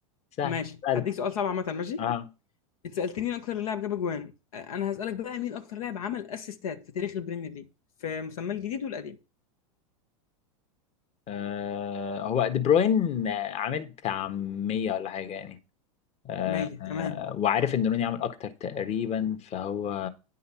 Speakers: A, on the left; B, on the left.
A: سهل
B: ماشي
A: سهل
B: هديك سؤال صعب عامة ماشي؟
A: اه
B: انت سألتني مين اكتر لاعب جاب اجوان آه، انا هسألك بقى مين اكتر لاعب عمل اسيستات في تاريخ البريمير ليج في مسمى الجديد والقديم
A: آه هو دي بروين آه، عامل بتاع 100 ولا حاجة يعني آه
B: 100
A: آه،
B: تمام
A: وعارف ان روني عامل اكتر تقريبا فهو